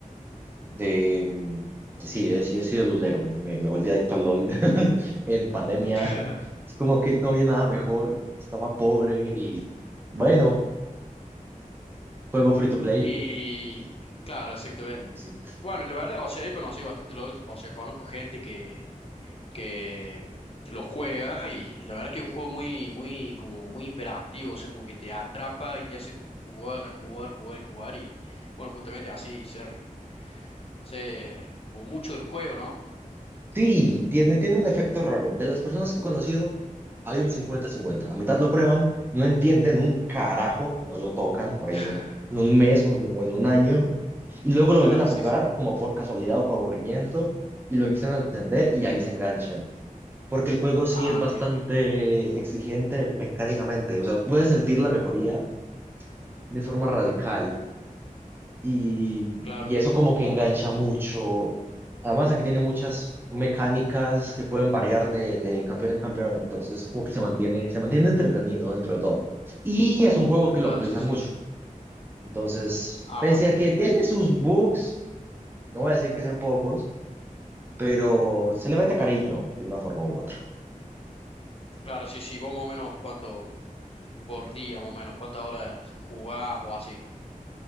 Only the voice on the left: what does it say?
<laughs>
Y claro, exactamente.
Bueno, la verdad, o sea, he conocido bastante LOL, o sea, conozco gente que, que lo juega y la verdad que es un juego muy, muy, como muy hiperactivo, o sea, como que te atrapa y te hace jugar, jugar, jugar y jugar y bueno, justamente así, ser, ser como mucho del juego, ¿no?
<laughs>
Claro,
sí, sí.
Ah,
bien, bien.
Claro,
bien,
bien.
Claro,
sí, sí.
Ah,
bien,
bien.
Claro, sí, sí. Vos más o menos cuánto por día, más o menos, cuántas horas jugás o así.